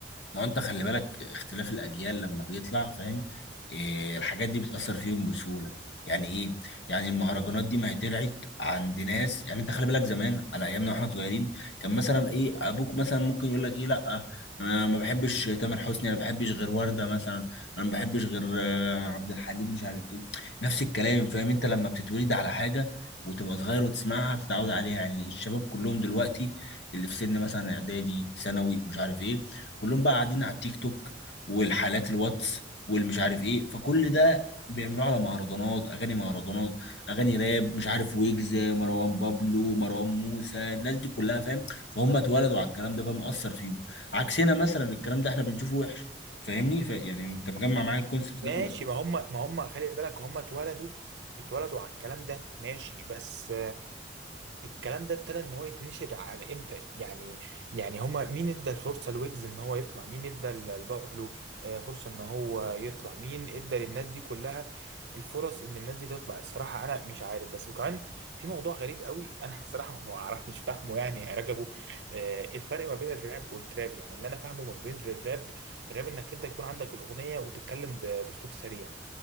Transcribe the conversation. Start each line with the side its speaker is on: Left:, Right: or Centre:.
Left: ما هو انت خلي بالك اختلاف الاجيال لما بيطلع فاهم إيه الحاجات دي بتاثر فيهم بسهوله يعني ايه يعني المهرجانات دي ما هي طلعت عند ناس يعني انت خلي بالك زمان على ايامنا واحنا صغيرين كان مثلا ايه ابوك مثلا ممكن يقول لك ايه لا انا ما بحبش تامر حسني انا ما بحبش غير ورده مثلا انا ما بحبش غير آه، عبد الحليم مش عارف ايه نفس الكلام فاهم انت لما بتتولد على حاجه وتبقى صغير وتسمعها بتتعود عليها يعني الشباب كلهم دلوقتي اللي في سن مثلا اعدادي ثانوي مش عارف ايه كلهم بقى قاعدين على التيك توك والحالات الواتس والمش عارف ايه فكل ده بيعملوه على مهرجانات اغاني مهرجانات اغاني راب مش عارف ويجز مروان بابلو مروان موسى الناس دي كلها فاهم فهم اتولدوا على الكلام ده فمأثر فيهم عكسنا مثلا الكلام ده احنا بنشوفه وحش فاهمني ف... يعني انت مجمع معايا الكونسبت
Right: ماشي
Left: ده ولا لا
Right: ما هم ما هم خلي بالك هم اتولدوا اتولدوا على الكلام ده ماشي بس الكلام ده ابتدى ان هو يتنشر على امتى يعني يعني هما مين ادى الفرصه لويجز ان هو يطلع مين ادى ل- لبابلو آه، فرصه ان هو يطلع مين ادى للناس دي كلها الفرص ان الناس دي تطلع الصراحه انا مش عارف بس وكمان في موضوع غريب قوي انا <laughs> بصراحه ما اعرف مش فاهمه يعني يا رجبو آه، الفرق ما بين الراب والتراب يعني اللي انا فاهمه ما بين الراب الراب انك انت يكون عندك الاغنيه وتتكلم ب- باسلوب سريع